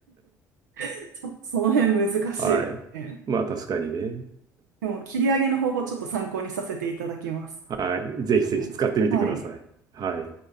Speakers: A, on the right (about 75°); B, on the right (about 45°).
A: ちょっとその辺難しいですね。
B: はい。まあ、確かにね。
A: でも、切り上げの方法ちょっと参考にさせていただきます。
B: はい。ぜひぜひ使ってみてください。
A: はい。はい
B: はい。